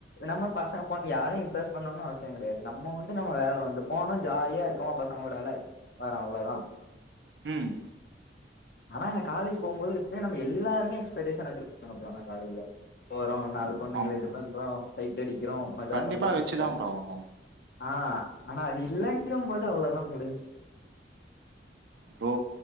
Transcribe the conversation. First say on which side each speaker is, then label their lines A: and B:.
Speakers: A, on the left; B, on the right.
A: நம்ம பசங்க பொ யாரு இன்ட்ரெஸ்ட் பண்ணணு அவசிய கெடையாது நம்ம உண்டு நம்ம வேல உண்டு போனா ஜாலியா இருக்கோமா பச ங்களோடால வரு அவ்ளோதா
B: ம்
A: ஆனா ந காலேஜ் போம்போது எப்டியு நம்ம எல்லாருமே எக்ஸ்பக்டேஷன் வச்சிருப்பாங்க ப்ரோ ஆனா காலேஜ்ல போறோ நா பொண்ணுங்கள
B: ஆமா
A: இது
B: ப்ரோ
A: பண்றோ சைட் அடிக்கிறோ மஜா
B: கண்டிப்பா
A: பண்றோ
B: வச்சுதா
A: இருக்கோ
B: ப்ரோ ஆகணு
A: ஆ ஆனா அது இல்லங்கும் போது அவ்வளோதா முடிஞ்சு
B: ப்ரோ